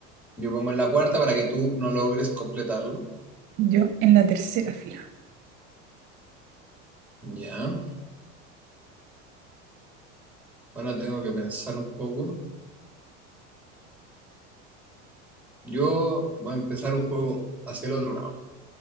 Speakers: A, in the centre; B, on the right.
A: Yo pongo en la cuarta para que tú no logres completarlo.
B: Yo en la tercera fila.
A: Ya. Ahora tengo que pensar un poco. Yo voy a empezar un juego hacia el otro lado.